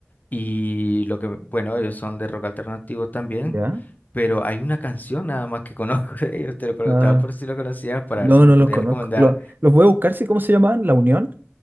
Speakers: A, on the left; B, on the right.
A: y lo que, bueno, ellos son de rock alternativo también,
B: ¿Ya?
A: pero hay una canción nada más que <laughs> conozco de ellos, te lo preguntaba
B: Ah,
A: por si lo conocías para
B: no,
A: ver si me
B: no
A: podías
B: los conozco.
A: recomendar
B: Lo- los voy a buscar, ¿sí? ¿Cómo se llamaban? ¿La Unión?